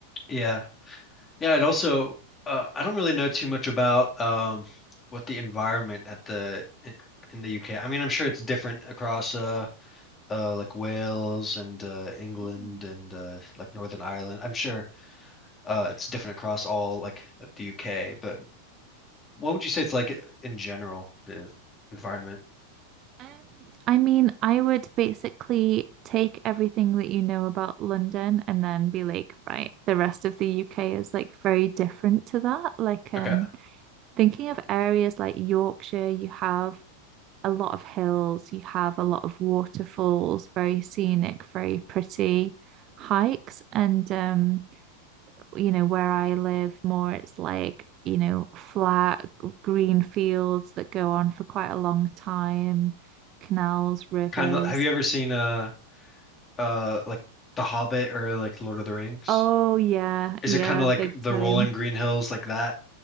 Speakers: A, on the left; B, on the right.
A: Yeah. Yeah, I'd also uh, I don't really know too much about um what the environment at the in the UK. I mean, I'm sure it's different across uh uh like Wales and uh England
B: Mm.
A: and uh like Northern Ireland. I'm sure uh it's different across all like of the UK, but what would you say it's like in general, the environment?
B: Um, I mean, I would basically take everything that you know about London and then be like, right, the rest of the UK is like very different to that. Like, um,
A: Okay.
B: thinking of areas like Yorkshire, you have a lot of hills, you have a lot of waterfalls, very scenic, very pretty hikes. And, um, you know, where I live more, it's like, you know, flat green fields that go on for quite a long time, canals, rivers.
A: Kind of have you ever seen uh uh like The Hobbit or like Lord of the Rings?
B: Oh, yeah,
A: Is
B: yeah,
A: it kind of like
B: big
A: the
B: time.
A: rolling green hills like that?